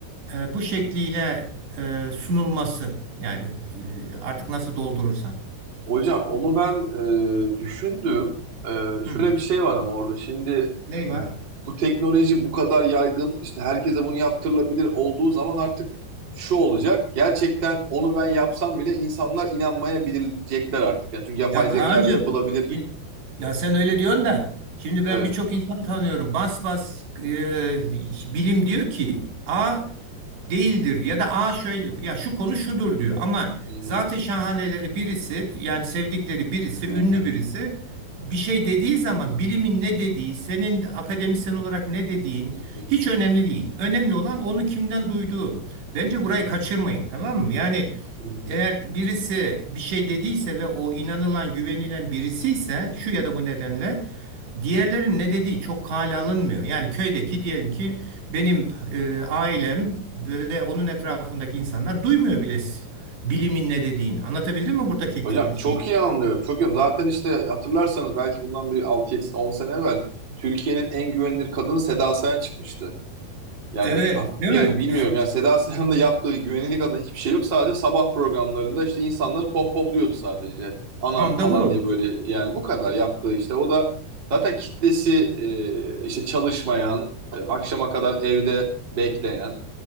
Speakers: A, on the right (about 75°); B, on the right (about 30°).
A: e, bu şekliyle e, sunulması. Yani e, artık nasıl doldurursan.
B: Hocam onu ben e, düşündüm. E, şöyle
A: Hı.
B: bir şey var ama orada şimdi
A: Ne var?
B: bu teknoloji bu kadar yaygın işte herkese bunu yaptırılabilir olduğu zaman artık şu olacak. Gerçekten onu ben yapsam bile insanlar inanmayabilecekler artık. Yani çünkü yapay
A: Ya Kaan'cığım,
B: zeka ile yapılabilir.
A: şi- ya sen öyle diyorsun da şimdi ben
B: Evet.
A: birçok insan tanıyorum. Bas bas e, bilim diyor ki A değildir ya da A şöyle ya şu konu şudur diyor. Ama
B: Hı hı,
A: zaten şahaneleri birisi yani sevdikleri birisi
B: hı
A: ünlü
B: hı,
A: birisi bir şey dediği zaman bilimin ne dediği senin akademisyen olarak ne dediğin
B: hı hı.
A: hiç önemli değil. Önemli olan onu kimden duyduğu. Bence burayı kaçırmayın tamam mı? Yani
B: hı hı.
A: eğer birisi bir şey dediyse ve o inanılan, güvenilen birisi ise şu ya da bu nedenle diğerlerin ne dediği çok kale alınmıyor. Yani köydeki diyelim ki benim e, ailem ve onun etrafındaki insanlar duymuyor bile bilimin ne dediğini. Anlatabildim mi buradaki
B: Hocam
A: t- şeyi?
B: çok iyi anlıyorum. Çok iyi. anlıyorum. Zaten işte hatırlarsanız belki bundan bir altı 7 on 10 sene evvel Türkiye'nin en güvenilir kadını Seda Sayan çıkmıştı. Yani
A: Evet,
B: ha-
A: değil
B: bir,
A: mi?
B: bilmiyorum yani Seda Sayan'ın da yaptığı güvenilir adına hiçbir şey yok. Sadece sabah programlarında işte insanları pohpohluyordu sadece. Anam
A: Tam
B: falan
A: da bu.
B: diye böyle yani bu kadar yaptığı işte. O da zaten kitlesi e, işte çalışmayan, e, akşama kadar evde bekleyen